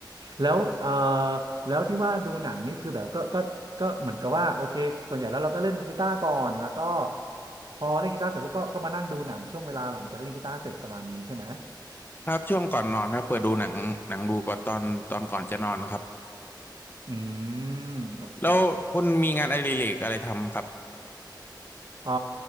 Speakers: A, on the right; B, on the left.
A: แล้วเอ่อแล้วที่ว่าดูหนังนี่คือแบบก็ก็ก็เหมือนกับว่าโอเคส่วนใหญ่แล้วเราก็เล่นกีตาร์ก่อนแล้วก็พอเล่นกีตาร์เสร็จพวกก็ก็มานั่งดูหนังช่วงเวลาหลังจากเล่นกีตาร์เสร็จประมาณนี้ใช่ไหม
B: ครับช่วงก่อนนอนครับเปิดดูหนังหนังดูก่อนตอนตอนก่อนจะนอนนะครับ
A: อืมโอเค
B: แล้วคุณมีงานอดิเรกอะไรทำครับ
A: เอ่อ